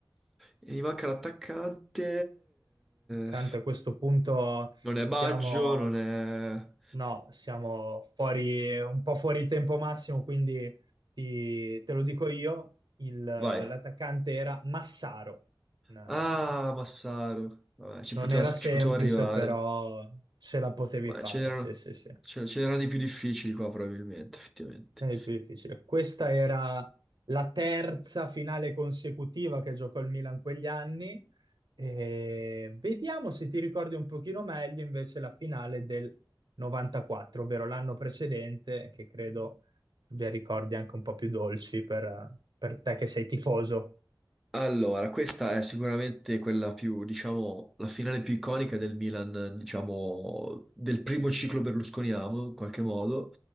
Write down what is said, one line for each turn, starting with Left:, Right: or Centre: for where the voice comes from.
Centre: E mi manca l'attaccante.
Right: Accanto
Centre: eh,
Right: a questo punto
Centre: Non è
Right: siamo,
Centre: Baggio, non è...
Right: no, siamo fuori, un po' fuori tempo massimo, quindi ti- te lo dico io, il- l'attaccante
Centre: Vai.
Right: era Massaro. Una-
Centre: Ah, Massaro. Vabbè, ci
Right: Non
Centre: poteva,
Right: era
Centre: ci
Right: semplice,
Centre: potevo arrivare.
Right: però ce la potevi
Centre: Ma
Right: fare,
Centre: ce n'erano
Right: sì, sì, sì.
Centre: ce- ce n'erano di più difficili qua, probabilmente, effettivamente.
Right: È il più difficile. Questa era la terza finale consecutiva che giocò il Milan quegli anni. E vediamo se ti ricordi un pochino meglio invece la finale del 94, ovvero l'anno precedente, che credo abbia ricordi anche un po' più dolci per, per te che sei tifoso.
Centre: Allora, questa è sicuramente quella più, diciamo, la finale più iconica del Milan, diciamo, del primo ciclo berlusconiano, in qualche modo,